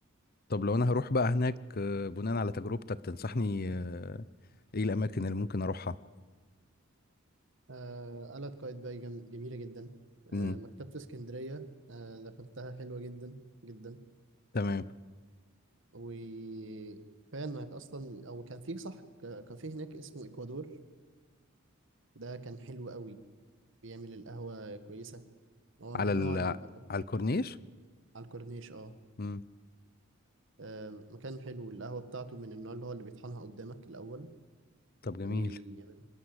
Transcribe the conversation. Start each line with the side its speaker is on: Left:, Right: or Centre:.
Left: طب لو انا هروح بقى هناك آه، بناء على تجربتك تنصحني آه، ايه الاماكن اللي ممكن اروحها
Right: آه قلعة قايتباي جم... جميله جدا آه
Left: مم.
Right: مكتبه اسكندريه آه دخلتها حلوه جدا جدا
Left: تمام
Right: وكفايه انك اصلا او كان في صح ك- كافيه هناك اسمه اكوادور ده كان حلو قوي بيعمل القهوه كويسه هو
Left: على
Right: من
Left: ال...
Right: نوع ال...
Left: على الكورنيش
Right: على الكورنيش اه
Left: مم.
Right: آه، مكان حلو القهوه بتاعته من النوع اللي هو اللي بيطحنها قدامك الاول
Left: طب جميل
Right: ويعمل